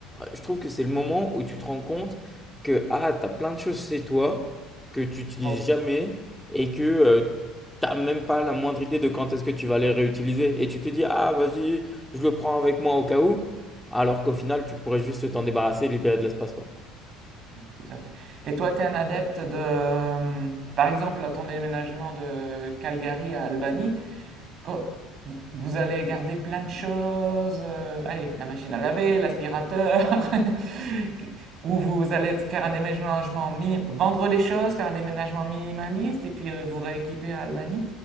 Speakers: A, in the centre; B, on the right.
A: je trouve que c'est le moment où tu te rends compte que ah, tu as plein de choses chez toi que tu n'utilises
B: Bon,
A: jamais et que tu n'as même pas la moindre idée de quand est-ce que tu vas les réutiliser. Et tu te dis, ah, vas-y, je le prends avec moi au cas où. Alors qu'au final, tu pourrais juste t'en débarrasser et libérer de l'espace, quoi.
B: tout à fait. Et toi, tu es un adepte de, euh, par exemple, à ton déménagement de Calgary à Albany, co- vous- allez garder plein de choses. euh, allez, la machine à laver, l'aspirateur, <laughs> ou vous allez faire un déménagement, mi- vendre les choses, faire un déménagement minimaliste et puis euh, vous rééquiper à Albany.